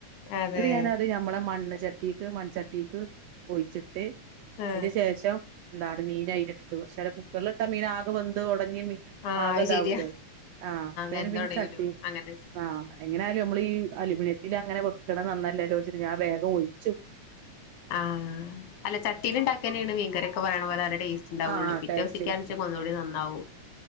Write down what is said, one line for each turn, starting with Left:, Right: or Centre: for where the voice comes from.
Left: അതെ
Right: ന്നട്ട് ഞാനത് ഞമ്മളെ മൺ ചട്ടീക്ക് മൺച്ചട്ടിക്ക് ഒഴിച്ചിട്ട്
Left: ആഹ്
Right: അതിന്റെ ശേഷം ന്താണ് മീനു ഐലിട്ടു കുക്കർലിട്ടാ മീനാകെ വെന്ത് ഒടഞ്
Left: ആഹ്
Right: ആകെതാവൂലെ
Left: അത് ശരിയാ
Right: ആഹ് അപ്പം
Left: വെന്തൊടയൂലോ
Right: പിന്നെ ഞാന് ചട്ടി
Left: അങ്ങനെ
Right: ആ എങ്ങനെയാലും നമ്മളീ അലുമിനിയത്തിൽ അങ്ങനെ വക്ക് ണത് നന്നലല്ലോ ച്ചിട്ട് ഞാൻ വേഗം ഒ ച്ചു
Left: ആഹ് അല്ല ചട്ടീല്ണ്ടാക്യാലേന് മീൻ കറിയൊക്കെ നല്ല ടെസ്റ്റ്ണ്ടാവൊള്ളൂ
Right: ആഹ്
Left: പിറ്റേസ്ത്ത്കാലേണ്ഒന്നൂടെ
Right: ടേസ്റ്റ്
Left: നന്നാവും